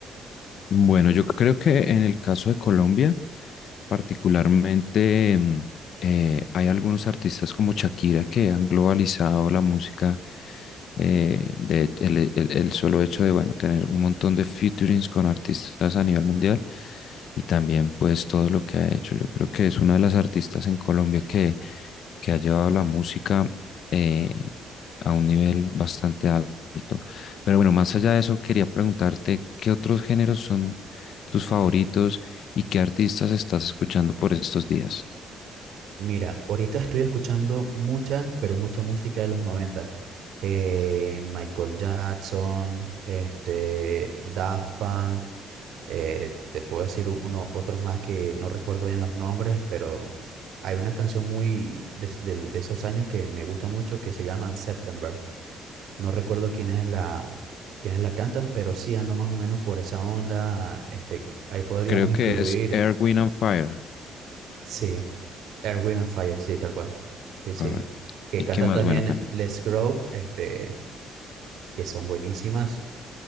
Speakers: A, on the left (about 60°); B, on the right (about 70°).
A: Bueno, yo creo que en el caso de Colombia, particularmente, mm, eh, hay algunos artistas como Shakira que han globalizado la música. eh, de, el, e, el- el solo hecho de, bueno, tener un montón de featurings con artistas a nivel mundial y también pues todo lo que ha hecho. Yo creo que es una de las artistas en Colombia que, que ha llevado la música eh, a un nivel bastante alto. Pero bueno, más allá de eso, quería preguntarte qué otros géneros son tus favoritos y qué artistas estás escuchando por estos días.
B: Mira, ahorita estoy escuchando mucha, pero mucha música de los 90. Eh, Michael Jackson, este, Daft Punk, eh, te puedo decir uno, otros más que no recuerdo bien los nombres, pero hay una canción muy de, de- de esos años que me gusta mucho que se llama September. No recuerdo quién es la, quiénes la cantan, pero sí ando más o menos por esa onda. Este, ahí podríamos
A: Creo
B: incluir,
A: que es Air, Wind and Fire,
B: sí, Earth, Wind and Fire, sí, tal cual. Sí, sí.
A: correcto.
B: Que
A: ¿Y
B: cantan
A: qué más?
B: también
A: Bueno, cuéntame.
B: Les Grove, este, que son buenísimas.